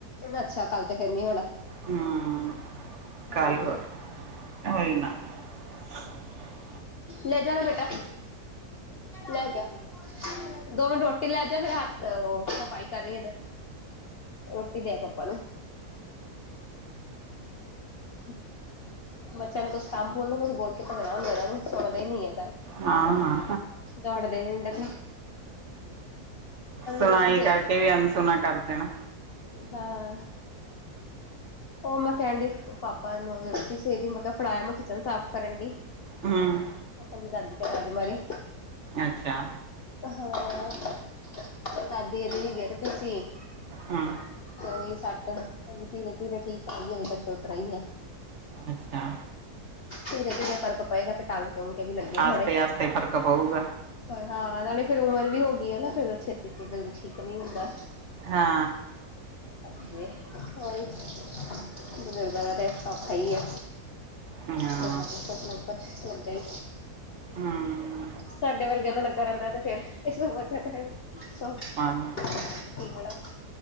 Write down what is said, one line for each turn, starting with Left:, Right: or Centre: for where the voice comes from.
Left: ਅੱਛਾ। ਕੱਲ ਤੇ ਫੇਰ ਨੀ ਹੋਣਾ।
Right: ਹਮ ਕੱਲਵ
Left: ਹਾਂਜੀ
Right: ਹੋਈ ਨਾ। <inaudible>
Left: ਲੈ ਜਾ ਨਾ ਬੇਟਾ ਲੈ ਜਾ। ਦੋ ਮਿੰਟ ਰੋਟੀ ਲੈ ਜਾ ਫੇਰ ਹੱਥ ਉਹ ਸਫਾਈ ਕਰ ਰਹੀ ਇਧਰ। ਰੋਟੀ ਦੇ ਆ ਪਾਪਾ ਨੂੰ। ਠੀਕ। ਬੱਚਿਆਂ ਨੂੰ ਕੁਛ ਕੰੰਭ ਬੋਲੋ ਬ ਬੋਲ ਕੇ ਤਾਂ ਮੇ ਹੁੰਦਾ ਇਹ ਨੂੰ ਸੁਣਦਾ ਹੀ ਨੀ ਹੈ ਗੱਲ।
Right: ਹਾਂ।
Left: ਦੌੜਦੇ ਮਿੰਡ ਤੀ
Right: ਸੁਣਾਈ
Left: ਰੋਟੀ ਦੇ
Right: ਕਰਕੇ ਵੀ ਅਨਸੁਣਾ ਕਰ ਦੇਣਾ।
Left: ਹਾਂ। ਉਹ ਮੈਂ ਕਹਣ ਡ ਪਾਪਾ ਨੂੰ ਗਤੀ ਚਾਹੀਦੀ ਮੈਂ ਕਿਹਾ ਫੜਾਇਆ ਮੈਂ ਕਿਚਨ ਸਾਫ਼ ਕਰਨ ਡ
Right: ਹਮ
Left: ਉਹ ਕਹਿੰਦੀ ਦਾਦੀ ਤੇ ਤਜੇ ਮਾਰੀ
Right: ਅੱਛਾ।
Left: <unintelligible>
Right: ਹਮ।
Left: ਤੇ ਉਹੀ ਸੱਟ ਧੀਰੇ- ਧੀਰੇ ਠੀਕ ਹੋਈ ਅ ਤੱਕ ਉਰਾਈਦੀ ਆ।
Right: ਅੱਛਾ।
Left: ਧੀਰੇ- ਧੀਰੇ ਫ਼ਰਕ ਪਏਗਾ ਫਿਰ ਟੰਕੇ ਟੁਕੇ ਵੀ ਲੱਗੇ
Right: ਆਸਤੇ
Left: ਥੋੜੇ
Right: ਆਸਤੇ ਫ਼ਰਕ ਪਊਗਾ
Left: ਹਾਂ, ਨਾਲੇ ਫੇਰ ਉਮਰ ਵੀ ਹੋ ਗਈ ਆ ਨਾ ਫੇਰ ਛੇਤੀ ਜਲਦੀ ਠੀਕ ਨਹੀਂ ਹੁੰਦਾ।
Right: ਹਾ।
Left: ਹਾਂਜੀ ਉਹੀ ਬਜ਼ੁਰਗਾਂ ਦਾ ਤੇ ਔਖਾ ਹੀ ਆ।
Right: ਹਾਂ
Left: ਬੜਾ ਕੁਛ <unintelligible> ਲੱਗਾ ਹੀ।
Right: ਹਮਮਮ।
Left: ਸਾਡੇ ਵਰਗਿਆਂ ਤੇ ਲੱਗਾ ਰਹਿੰਦਾ ਤੇ ਫੇਰ ਇਹ <unintelligible>
Right: ਹਾਂ।
Left: <unintelligible>